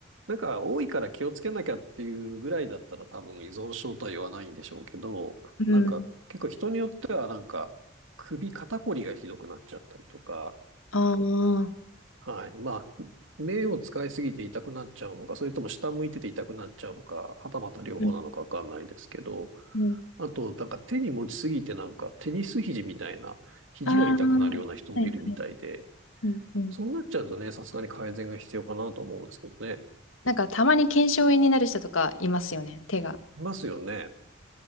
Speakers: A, on the right; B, on the left.
A: なんか多いから気をつけなきゃっていうぐらいだったら多分依存症とは言わないんでしょうけど、
B: うん。
A: なんか結構人によってはなんか首肩こりがひどくなっちゃったりとか、
B: ああ。
A: はい。まあ、目を使いすぎて痛くなっちゃうのか、それとも下向いてて痛くなっちゃうのか、はたまた両方なのかわかんないですけど、
B: うんうん。
A: あと、なんか手に持ちすぎてなんかテニス肘みたいな、肘が痛くなるような人もいるみたいで、
B: ああ。はいはい。うんうん。
A: そうなっちゃうとね、さすがに改善が必要かなと思うんですけどね。
B: なんか、たまに腱鞘炎になる人とかいますよね、手が。
A: いますよね。